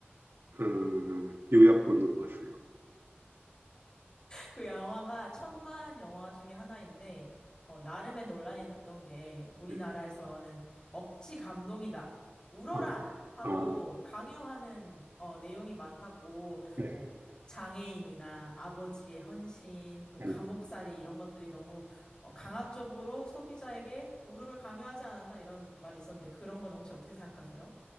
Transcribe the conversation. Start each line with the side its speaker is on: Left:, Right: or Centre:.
Right: 어, 요약본으로 봤어요.
Left: 그 영화가 천만 영화 중에 하나인데, 어, 나름의 논란이 됐던 게, 우리나라에서는
Right: 네.
Left: 억지 감동이다. 울어라!
Right: 아,
Left: 하고
Right: 아,
Left: 강요하는, 어, 내용이 많다고,
Right: 네.
Left: 뭐, 장애인이나 아버지의 헌신, 또 감옥살이
Right: 음,
Left: 이런 것들이 너무, 어, 강압적으로 소비자에게 울음을 강요하지 않았나 이런 말이 있었는데, 그런 건 혹시 어떻게 생각하세요?